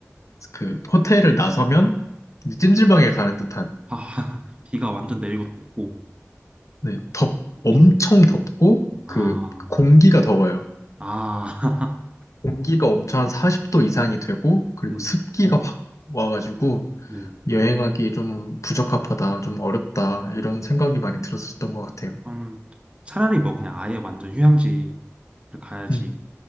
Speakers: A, on the left; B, on the right.
A: 그 호텔을 나서면 이제 찜질방에 가는 듯한
B: 아 <laughs> 비가 완전 내리고 덥고
A: 네, 덥
B: 느낌.
A: 엄청 덥고
B: 아,
A: 그 공기가 더워요.
B: 아, <laughs>
A: 공기가 엄청 한 40도 이상이 되고 그리고
B: 네,
A: 습기가 확 와가지고
B: 네.
A: 여행하기 좀 부적합하다, 좀 어렵다 이런 생각이 많이 들었었던 것 같아요.
B: 그럼 차라리 뭐 그냥 아예 완전 휴양지를 가야지
A: 음,